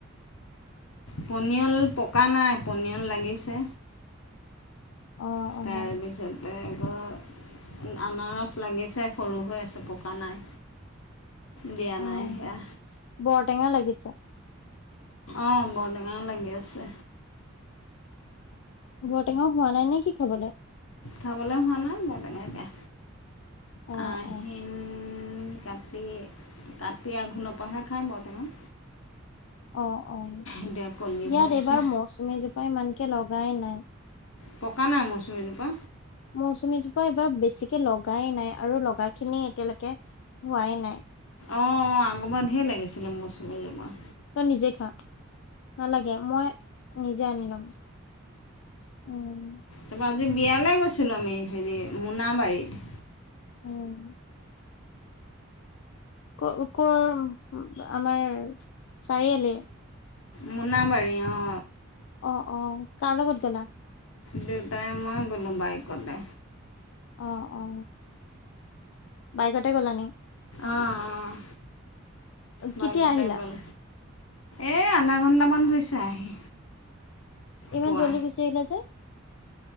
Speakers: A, on the left; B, on the left.
A: পনিয়ল পকা নাই, পনিয়ল লাগিছে।
B: অ', অ'।
A: তাৰপিছতে আকৌ আনাৰস লাগিছে সৰু হৈ আছে পকা নাই। দিয়া
B: অ',
A: নাই সেয়া
B: বৰটেঙা লাগিছে।
A: অ', বৰটেঙা লাগি আছে।
B: বৰটেঙাও হোৱা নাই নেকি খাবলে?
A: খাবলে হোৱা নাই বৰটেঙা এতিয়া।
B: অ',
A: আহিন
B: অ'।
A: কাতি, কাতি আঘোণ পাহে খাই বৰটেঙা।
B: অ', অ',
A: এতিয়া কলি
B: ইয়াত
A: হৈ আছে
B: এইবাৰ মৌচুমীজোপা ইমানকে লগায়ে নাই।
A: পকা নাই মৌচুমীজোপা?
B: মৌচুমীজোপা এইবাৰ বেছিকে লগায়ে নাই আৰু লগাখিনি এতিয়ালৈকে হোৱাই নাই।
A: অ', অ', আগবাৰ ধেৰ লাগিছিলে মৌচুমীজোপা।
B: তই নিজে খা, নালাগে মই নিজে আনি ল'ম। উম।
A: তাৰপৰা আজি বিয়ালৈ গৈছিলোঁ আমি হেৰি মোনাবাৰীত।
B: উম। ক কৰ আমাৰ চাৰিআলি।
A: মোনাাবাৰী অ'।
B: অ', অ', কাৰ লগত গ'লা।
A: দেউতাই মই গ'লো বাইকতে।
B: অ', অ'। বাইকতে গলানি
A: অ', অ'।
B: কেতিয়া
A: বাইকতে
B: আহিলা।
A: গ'ল এই আধা ঘণ্টামান হৈছে আহি।
B: ইমান
A: পোৱা
B: জল্লি গুচি আহিলা যে।